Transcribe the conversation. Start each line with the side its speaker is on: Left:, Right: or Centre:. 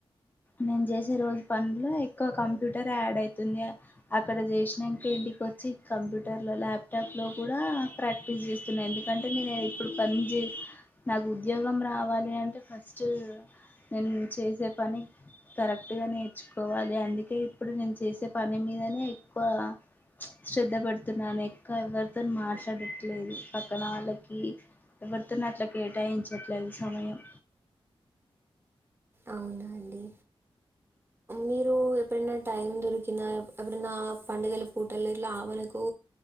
Left: నేను చేసే రోజు పనులో ఎక్కువ కంప్యూటర్ యాడ్ అయితుంది అక్కడ చేసినాక వెళ్ళ వచ్చి కంప్యూటర్లో ల్యాప్టాప్ లో కూడా ప్రాక్టీస్ చేస్తున్నా ఎందుకంటే నేను ఇప్పుడు పని జ్ నాకు ఉద్యోగం రావాలి అంటే ఫస్ట్ నేను చేసే పని కరెక్ట్ గా నేర్చుకోవాలి అందుకే ఇప్పుడు నేను చేసే పని మీదనే ఎక్కువ శ్రద్ధ పెడుతున్నాను ఎక్క ఎవరితో మాట్లాడట్లేదు పక్కన వాళ్ళకి ఎవరితోని అట్లా కేటాయించట్లేదు సమయం
Right: అవునండి మీరు ఎప్పుడైనా టైం దొరికినా ఎప్పుడైనా పండుగల పూటల్లో ఇట్లా ఆవనకు